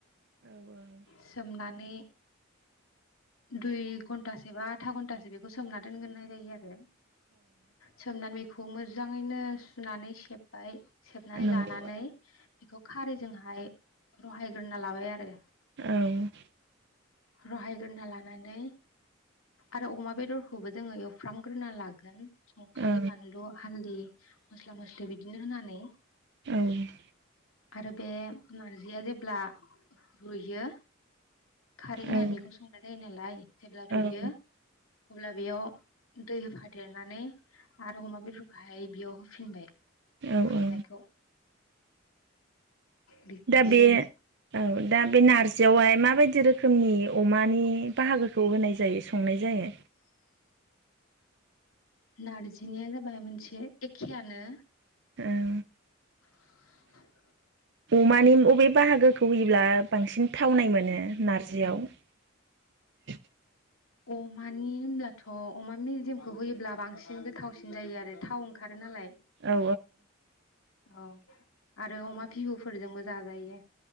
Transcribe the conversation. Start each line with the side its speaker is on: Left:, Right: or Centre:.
Right: औ
Left: सोमनानै दुइ घन्टासो बा आथा घन्टासो बेखौ सोमना दोनगोरनाय जायो आरो। सोमनानै खौ मोजाङैनो सुनानै सेब्बाय सेबनानै
Right: नंगौ
Left: लानानै
Right: औ
Left: बेखौ खारैजोंहाय रहायग्रोना लाबाय आरो
Right: औ
Left: रहायग्रोना लानानै आरो अमा बेदरखौबो जोङो एवफ्रामग्रोना लागोन संख्रि
Right: औ
Left: बानलु हालदि मस्ला मस्लि बिदिनो होनानै
Right: औ
Left: आरो बे नारजिया जेब्ला रुयो खारै होनानै
Right: औ
Left: बेखौ संनाय जायो नालाय जेब्ला रुयो
Right: औ
Left: अब्ला बेयाव दै होफादेरनानै आरो अमा बेदरखौहाय बेयाव होफिनबाय
Right: औ
Left: एवफ्रामनायखौ बिदिनोसै
Right: दा बे
Left: आरो
Right: औ दा बे नारजियावहाय मा माबायदि रोखोमनि अमानि बाहागोखौ होनाय जायो संनाय जायो
Left: नारजिनिया जाबाय मोनसे एखेआनो
Right: औ
Left: <inaudible>
Right: अमानि अबे बाहागोखौ होयोब्ला बांसिन थावनाय मोनो नारजियाव
Left: ओ मानि होनब्लाथ अमा मेजेमखौ होयोब्ला बांसिन गोथावसिन जायो आरो थाव ओंखा रो नालाय
Right: औ
Left: औ आरो अमा भिबुफोरजोंबो जाजायो